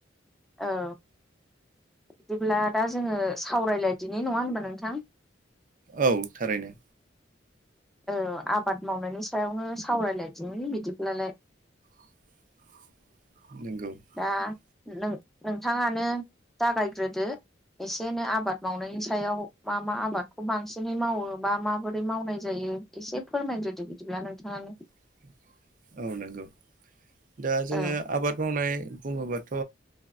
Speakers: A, in the centre; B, on the right (about 45°).
A: औ बिदिब्ला दा जोङो सावरायलायदिनि नङा होनबा नोंथां।
B: औ थारैनो
A: औ आबाद मावनायनि सायावनो सावरायलायदि बिदिब्लालाय।
B: <inaudible> <inaudible>
A: दा नोंथाङानो जागायग्रोदो। एसे एनै आबाद मावनायनि सायाव मा मा आबादखौ बांसिनै मावो बा माबोरै मावनाय जायो। एसे फोरमायग्रोदो बिदिबा नोंथाङानो।
B: <inaudible> औ नंगौ दा जोङो
A: औ
B: आबाद मावनाय बुङोबाथ'